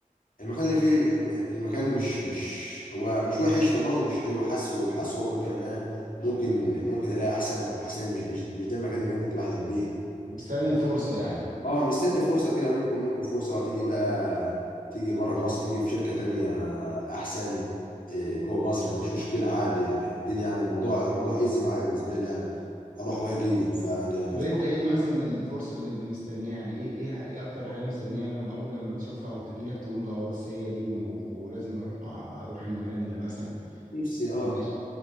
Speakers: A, on the left (about 75°); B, on the right (about 90°).
A: المكان اللي فيه ال- المكان مش مش هو مش وحش وبرضه مش حلو حاسه حاسه برضه كان انا ممكن ممكن الاقي احسن او احسن مش مش مش ده المكان اللي انا كنت بحلم بيه
B: مستني الفرصه يعني
A: اه مستني فرصة كده ممكن ممكن فرصة تيجي بقى تيجي بره مصر تيجي في شركة تانية أحسن إيه، جوه مصر مش مشكلة عادي الدنيا يعني الموضوع الموضوع ايزي معايا بالنسبة لي يعني أروح وأجي فيعني
B: طب انت ايه مثلا الفرصه اللي مستنيها يعني ايه ايه ايه اكتر حاجه مستنيها لما اول لما تشوفها او تجيلك تقول اه بس هي دي وم- ولازم اروح مع اروح المكان ده مثلا
A: نفسي اه
B: انت ش-